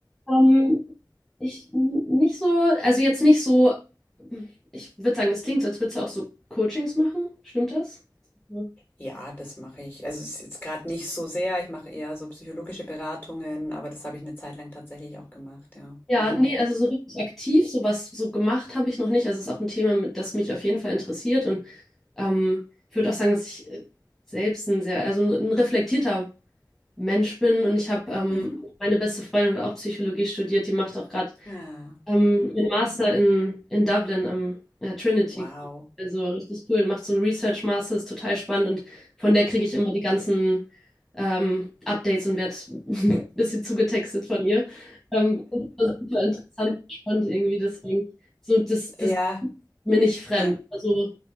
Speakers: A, in the centre; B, on the left.
A: ähm, ich n- nicht so, also jetzt nicht so, ich würde sagen, es klingt so, als würdest du auch so Coachings machen. Stimmt das? Ja,
B: Ja, das mache ich. Also, es ist jetzt gerade nicht so sehr. Ich mache eher so psychologische Beratungen, aber das habe ich eine Zeit lang tatsächlich auch gemacht, ja.
A: Ja,
B: Mhm.
A: nee, also so richtig aktiv, sowas so gemacht habe ich noch nicht. Also es ist auch ein Thema, mit, das mich auf jeden Fall interessiert. Und ähm, ich würde auch sagen, dass ich äh, selbst ein sehr, also ein, ein reflektierter Mensch bin. Und ich habe ähm,
B: Mhm.
A: meine beste Freundin hat auch Psychologie studiert, die macht auch gerade
B: Ah,
A: ähm, ihren Master in, in Dublin am äh, Trinity.
B: wow.
A: Also richtig cool und macht so einen Research Master, ist total spannend und von der kriege ich immer die ganzen ähm, Updates und werde <laughs> ein bisschen zugetextet von ihr. Ähm, das war super interessant und spannend irgendwie, deswegen so, das, das
B: Ja,
A: ist mir nicht fremd.
B: ja,
A: Also